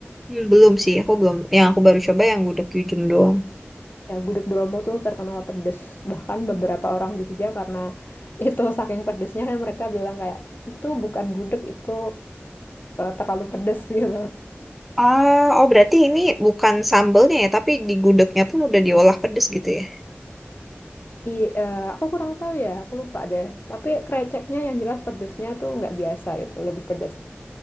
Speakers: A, in the centre; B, on the left.
A: Hmm, belum sih, aku belum. Yang aku baru coba yang gudeg Kyujum doang.
B: Ya gudeg Bromo tuh terkenal pedes. Bahkan beberapa orang Jogja karena <laughs> itu saking pedesnya kan mereka bilang kayak itu bukan gudeg itu eh, terlalu pedes <laughs> gitu.
A: Ah, oh berarti ini bukan sambelnya ya, tapi di gudegnya pun udah diolah pedes gitu ya.
B: Iya, eh, aku kurang tahu ya, aku lupa deh. Tapi kreceknya yang jelas pedesnya tuh nggak biasa gitu, lebih pedes.